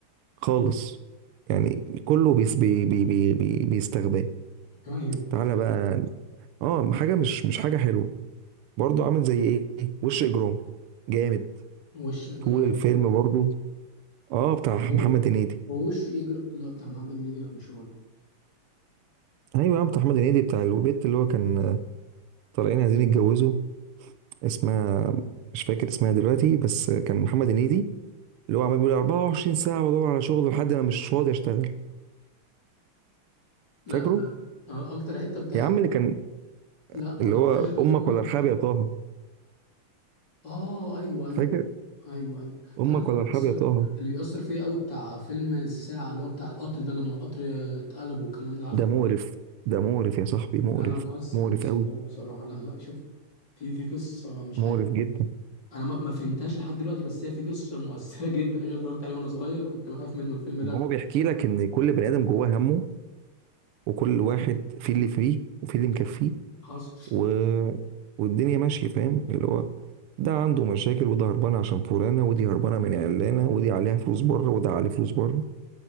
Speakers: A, on the right (about 85°); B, on the left (about 55°).
A: خالص يعني كله بيس بي بي بي بي بيستغباه
B: ايوه
A: تعالى بقى اه حاجه مش مش حاجه حلوه برضه عامل زي ايه وش اجرام جامد
B: وش اجرام
A: طول الفيلم برضه اه بتاع محمد
B: هو
A: هنيدي
B: هو وش اجرام لا بتاع محمد هنيدي لا مش هو ده
A: ايوه يا بتاع محمد هنيدي بتاع البيت اللي هو كان آه، طالعين عايزين يتجوزوا اسمها مش فاكر اسمها دلوقتي بس آه، كان محمد هنيدي اللي هو عمال بيقول 24 ساعه بدور على شغل لحد ما مش فاضي اشتغل
B: لا
A: فاكره
B: آه، اكتر حته بتاعت
A: يا عم اللي كان
B: لا ما
A: اللي
B: ما-
A: هو
B: وش اجرام
A: امك
B: ما
A: ولا
B: تروحش
A: ارحاب يا طه
B: اه ايوه ايوه
A: فاكر
B: ايوه ايوه
A: امك
B: تعرف اللي
A: ولا ارحاب
B: بيأثر
A: يا طه
B: اللي بيأثر فيا قوي بتاع فيلم الساعه اللي هو بتاع القطر ده لما القطر اتقلب والكلام ده عارفه
A: ده مقرف ده مقرف يا صاحبي مقرف
B: لا لا مؤثر
A: مقرف
B: مؤثر
A: قوي
B: قوي بصراحه لا لا شوف في في قصه مش
A: مقرف
B: عارف
A: جدا
B: انا ما ما فهمتهاش لحد دلوقتي بس هي في قصه مؤثره <laughs> جدا انا اتفرجت عليه وانا صغير كنت بخاف منه الفيلم ده كنت
A: هو بيحكي
B: بخاف-
A: لك ان كل بني ادم جواه همه وكل واحد في اللي فيه وفي اللي مكفيه
B: حصل
A: و... والدنيا ماشيه فاهم اللي هو ده عنده مشاكل وده هربان عشان فلانه ودي هربانه من علانه ودي عليها فلوس بره وده عليه فلوس بره